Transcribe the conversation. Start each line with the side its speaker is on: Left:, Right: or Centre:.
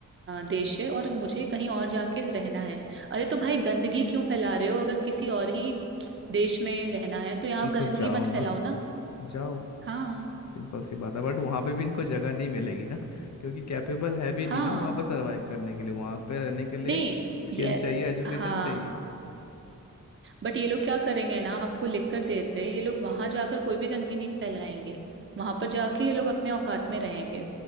Right: देश है और मुझे कहीं और जाके रहना है अरे तो भाई गंदगी क्यों फैला रहे हो अगर किसी और ही देश में रहना है तो यहाँ गंदगी
Left: तो जाओ
Right: मत
Left: ना
Right: फैलाओ ना
Left: जाओ
Right: हाँ
Left: सिंपल सी बात है बट वहां पे भी इनको जगह नहीं मिलेगी ना क्योंकि कैपेबल है भी नहीं
Right: हाँ
Left: ना वहां पे सरवाइव करने के लिए वहां पे रहने के लिए
Right: नहीं
Left: स्किल
Right: ये
Left: चाहिए एजुकेशन
Right: हाँ
Left: चाहिए
Right: बट ये लोग क्या करेंगे ना आपको लिख कर दे रहे हैं, ये लोग वहां जाकर कोई भी गंदगी नहीं फैलाएंगे वहां पर जाके ये लोग अपने औकात में रहेंगे